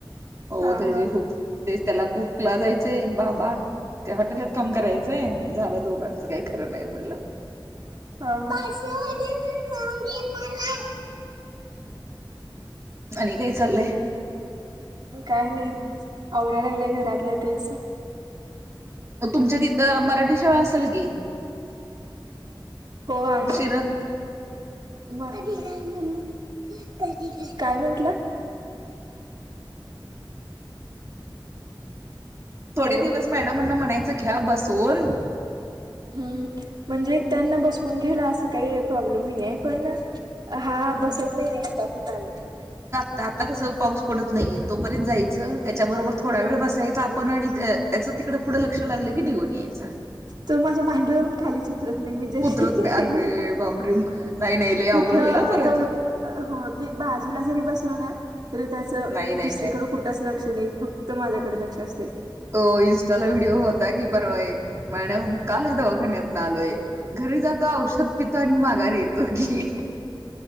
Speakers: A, on the right; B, on the right.
A: हो
B: हां,
A: त्याची
B: हां.
A: खूप तेच त्याला कुकला जायचंय बाबा. काय हॉटेलात काम करायचंय झालं दोघांचं काही खरं नाही म्हणलं.
B: <unintelligible> <inaudible>
A: आणि काय चाललंय?
B: काय नाही आवराय लागले घरातल तेच.
A: तुमच्या तिथं मराठी शाळा असल की?
B: हो आहे
A: शिरत
B: की <unintelligible> <inaudible> <unintelligible> काय म्हंटला
A: थोडे
B: हॅलो.
A: दिवस मॅडमांना म्हणायचं घ्या बसून.
B: हम्म म्हणजे त्यांना बसवून घ्यायला असं काही प्रॉब्लेम नाही आहे पण अ हा बसत नाही आहे एका ठिकाणी.
A: तर आता कसं पाऊस पडत नाहीयेल तोपर्यंत जायचं त्याच्याबरोबर थोडा
B: हम्म
A: वेळ
B: हम्म.
A: बसायचा आप पण आणि त्याचं तिकडं पुढं लक्ष लागलं की निघून यायच.
B: तो माझ्या मांडीवरून खालीच येत. उतरत नाही मी जरी
A: उतरत नाही अरे
B: गेलो ना
A: बापरे नाही नाही लय
B: कुठं
A: अवघड होईल परत
B: तर <unintelligible> <inaudible> हो मी बाजूला जरी बसलो ना तरी त्याच
A: नाही नाही
B: दुसरीकड
A: नाही
B: कुठंच लक्ष नाही फक्त माझ्याकड लक्ष असतय.
A: हो इन्स्टाला व्हिडिओ होता कि बर आहे मॅडम कालच दवाखाण्यातन आलोय घरी जा. क्त औषध पितो आणि माघारी येतो की.